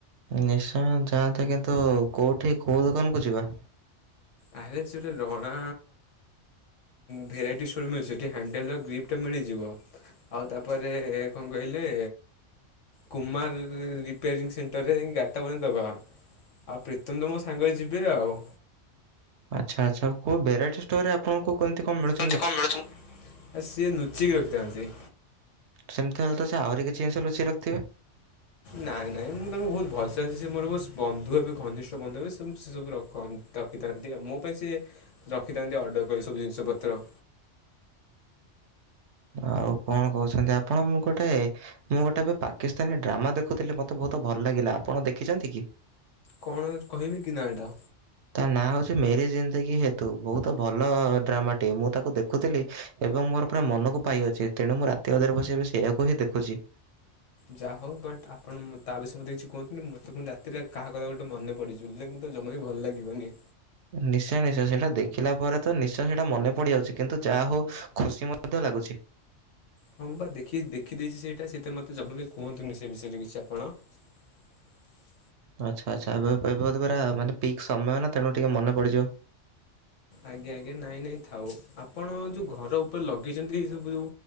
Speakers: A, on the right; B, on the left.
A: ନିଶା ଯାଆନ୍ତିେ କିନ୍ତୁ କୋଉଠି କୋଉ ଦୋକାନ କୁ ଯିବା?
B: ଆରେ ସେଠୀ ରଣା ଭେରାଇଟି ଷ୍ଟୋର ମିଳଛି ସେଠି ହ୍ୟାଣ୍ଡେଲର ଗ୍ରିପ୍ଟା ମିଳିଯିବ। ଆଉ ତାପରେ କଣ କହିଲେ କୁମାର ରିପେରିଂ ସେଣ୍ଟରରେ ଗାଡ଼ିଟା ମାନେ ଦେବା। ଆଉ ପ୍ରୀତମ୍ ତ ମୋ ସାଙ୍ଗରେ ଯିବେ ଆଉ
A: ଆଚ୍ଛା ଆଚ୍ଛା କୋଉ ଭେରାଇଟି ଷ୍ଟୋର୍ ରେ ଆପଣଙ୍କୁ କେମିତି କଣ ମିଳୁଥି
B: ଣ ମିଳୁଥିବ ଆ ସିଏ ଲୁଚିକି ରଖିଥାନ୍ତି।
A: ସେମିତି ହେଲେ ତ ସେ ଆହୁରି କିଛିି ଯିନିଷ ଲୁଚେଇକି ରଖଥିବେ।
B: ନାଇଁ ନାଇଁ ମୁଁ ତାଙ୍କୁ ବହୁତ ଭଲ ଚାଲିଛି ସେ ମୋର ବନ୍ଧୁ ହେବେ ଘନିଷ୍ଠ ବନ୍ଧୁ ହେବେ ସେ ସବୁ ରଖନ୍ତି ରଖିଥାନ୍ତି ଆଉ ମୋ ପାଇଁ ସିଏ ରଖିଥାନ୍ତି ଅର୍ଡ଼ର କରି ସବୁ ଜିନିଷ ପତ୍ର।
A: ଆଉ କଣ କହୁଛନ୍ତି ଆପଣ ମୁଁ ଗୋଟେ ମୁଁ ଗୋଟେ ଏବେ ପାକିସ୍ତାନୀ ଡ୍ରାମା ଦେଖୁଥିଲି ମତେ ବହୁତ ଭଲ ଲାଗିଲା, ଆପଣ ଦେଖିଛନ୍ତି କି?
B: କଣ କହିବି କି ନାଟା?
A: ତା ନାଁ ହଉଛି ମେରି ଜିନ୍ଦକି ହେ ତୁ ବହୁତ ଭଲ ଡ୍ରାମାଟିଏ ମୁଁ ତାକୁ ଦେଖୁଥିଲି ଏବଂ ମୋର ପୁରା ମନକୁ ପାଇ ଅଛି ତେଣୁ ମୁଁ ରାତି ଅଧରେ ବସିକି ଏବେ ସେଇଆକୁ ହିଁ ଦେଖୁଛି।
B: ଯାହା ହଉ ବଟ ଆପଣ ତା ବିଷୟ ମତେ କିଛି କୁହନ୍ତିି ମୋତେ ପୁଣି ରାତିରେ କାହା କଥା ଗୋଟେ ମନେ ପଡିଯିବ। ତ ଜମା ବି ଭଲ ଲାଗିବନି।
A: ନିଶ୍ଚୟ ନିଶ୍ଚୟ ସେଇଟା ଦେଖିଲା ପରେ ତ ନିଶ୍ଚୟ ସେଇଟା ମନେ ପଡିଯାଉଛି, କିନ୍ତୁ ଯାହା ହଉ ଖୁସି ମଧ୍ୟ ଲାଗୁଛି।
B: ହଁ ବା ଦେଖି, ଦେଖି ଦେଇଛି ସେଇଟା ସେ ପାଇଁ ମତେ ଜମା ବି କୁହନ୍ତୁନି ସେ ବିଷୟରେ କିଛି ଆପଣ। <inaudible>
A: ଆଚ୍ଛା ଆଚ୍ଛା ଏବେ ଏ ପୁରା ମାନେ ପିକ୍ ସମୟ ନା ତେଣୁ ଟିକେ ମନେ ପଡ଼ିଯିବ।
B: ଆଜ୍ଞା ଆଜ୍ଞା। ନାଇଁ ନାଇଁ ଥାଉ। ଆପଣ ଯେଉ ଘର ଉପରେ ଲଗେଇଛନ୍ତି ଏ ସବୁ ଯେଉ